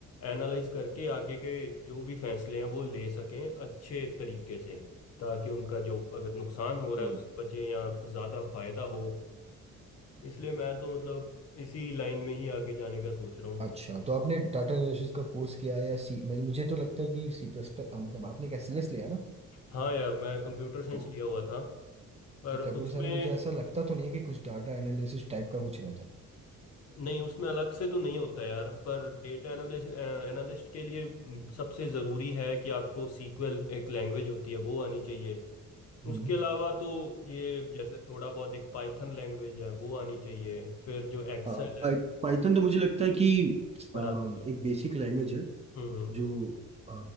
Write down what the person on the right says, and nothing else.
तो
अच्छा तो आपने डाटा एनालिसिस का कोर्स किया है या सी मुझे मुझे तो लगता है कि सी प्लस प्लस हाँ, मतलब आपने क्या सी एस लिया है ना
तो
तो कंप्यूटर
साइंस मुझे ऐसा लगता तो नहीं है कि कुछ डाटा एनालिसिस टाइप का कुछ रहता
हम्म
पाइथन
तो मुझे लगता है कि
अ,
एक बेसिक लैंग्वेज है
जो अ,